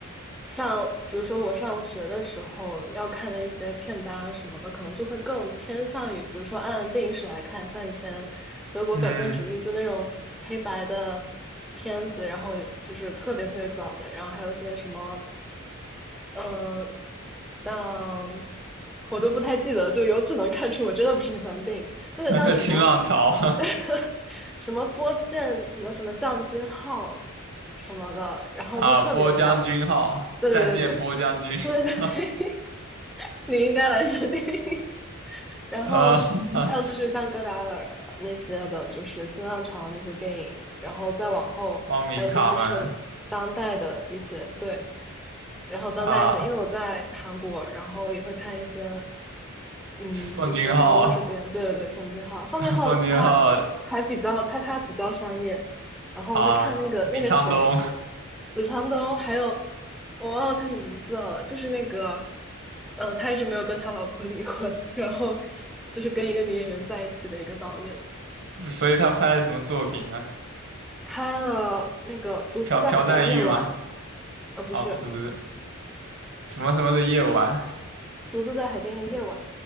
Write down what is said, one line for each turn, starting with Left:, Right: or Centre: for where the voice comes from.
Centre: 像，比如说我上学的时候要看的一些片单啊什么的，可能就会更偏向于，比如说按电影史来看，像以前德国表现主义就那种黑白的
Right: 嗯，
Centre: 片子，然后就是特别特别早的，然后还有一些什么嗯，像我都不太记得，就由此能看出我真的不是很喜欢电影。那个叫什么
Right: <laughs> 新浪潮
Centre: <laughs> 什么波剑什么什么降金号什么的，
Right: <laughs>
Centre: 然后就特别小。
Right: 啊，波将军号、
Centre: 对对对
Right: 战舰波将军，
Centre: 对对对对，
Right: <laughs>
Centre: <laughs> 你应该来试电影。然后还有就是像戈达尔那些的，
Right: 呃，<laughs>
Centre: 就是新浪潮那些电影，然后再往后还有一些就是当代的一些对，
Right: 光明卡门
Centre: 然后当代一些，
Right: 啊，
Centre: 因为我在韩国，然后也会看一些，嗯，
Right: 奉俊昊、
Centre: 就是韩国这边，对对对，奉俊昊，奉俊昊他还比较他他比较商业，
Right: <laughs> 奉俊昊
Centre: 然后我会看那个那个谁，
Right: 啊，李沧东，
Centre: 李沧东，还有我忘了他名字了，就是那个，呃，他一直没有跟他老婆 <laughs> 离婚，然后就是跟一个女演员在一起的一个导演，
Right: 所以他拍了什么作品呢？
Centre: 拍了那个《独自在海边的夜晚》，
Right: 朴朴赞郁吗？
Centre: 呃，不是
Right: 啊，不是不是，什么什么的夜晚。
Centre: 《独自在海边的夜晚》，